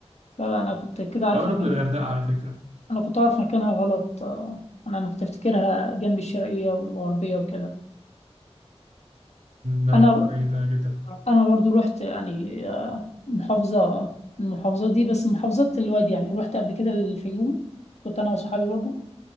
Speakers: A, on the left; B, on the right.
A: لا لا انا كنت كده عارف
B: اقرب
A: مكانها
B: للغردقه على فكره
A: انا كنت عارف مكانها غلط اه انا انا كنت افتكرها جنب الشرقيه والغربيه وكده
B: لا
A: انا
B: لا بعيده جدا
A: انا برضو رحت يعني آه، محافظه من المحافظات دي بس محافظات الوادي يعني رحت قبل كده الفيوم كنت انا وصحابي برضو